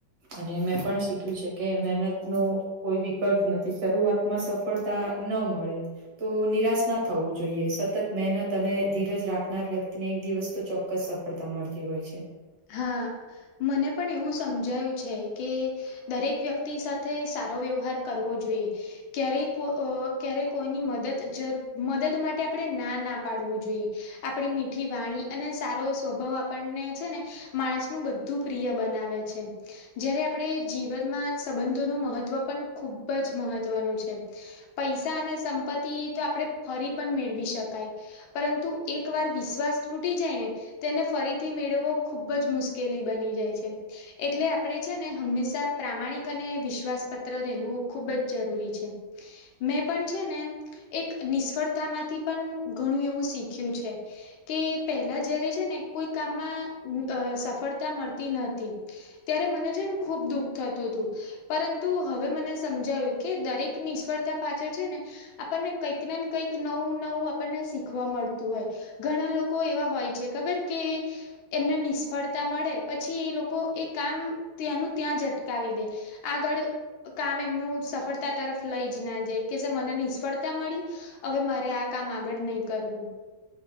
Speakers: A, on the right (about 35°); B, on the left (about 75°).
A: અને મેં પણ શીખયુછે કે મહેનત નુ કોઈ વિકલ્પ નથી શરૂઆતમાં સફળતા ન મળે. તો નિરાશ ના થવું જોઈએ. સતત મહેનત અને ધીરજ રાખનાર વ્યક્તિને એક દિવસ તો ચોક્કસ ચોક્કસ સફળતા મળતી હોય છે.
B: હા મને પણ એવું સમજાયું છે કે દરેક વ્યક્તિ સાથે સારો વ્યવહાર કરવો જોઈએ. ક્યારેક અ કોઈની મદદ માટે આપણે ના ના પાડવું જોઈએ. આપણી મીઠી વાણી અને સારો સ્વભાવ આપણને છે ને માણસનું બધું પ્રિય બનાવે છે. જયારે આપણે જીવનમાં સંબંધોનું મહત્ત્વ પણ ખુબ જ મહત્વનું છે. પૈસા અને સંપત્તિ તો આપણે ફરી પણ મેળવી શકાય. પરંતુ એક વાર વિશ્વાસ તૂટી જાય ને તેને ફરીથી મેળવવો ખુબ જ મુશ્કેલી બની જાય છે. એટલે આપણે છે ને હંમેશા પ્રામાણિક અને વિશ્વાસપત્ર રહેવું ખૂબ જ જરૂરી છે. મેં પણ છે ને એક નિષ્ફળતા માંથી પણ ઘણું એવું શીખ્યું છે. કે પહેલા જયારે છે ને કોઈ કામમાં સફળતા મળતી નતી. ત્યારે મને છે ને ખુબ દુઃખ થતું હતું. પરંતુ હવે મને સમજાયું કે દરેક નિષ્ફળતા પાછળ છે ને આપણને કંઈક ને કંઈક નવું નવું આપણને શીખવા મળતું હોય. ઘણા લોકો એવા હોય છે ખબર કે એમને નિષ્ફળતા મળે પછી એ લોકો એ કામ ત્યાંનું ત્યાં જ અટકાવી દે. આગળ કામ એમનું સફળતા તરફ લઈ જ ના જાય કેહસે મને નિષ્ફળતા મળી હવે મારે આ કામ આગળ નય કરવું.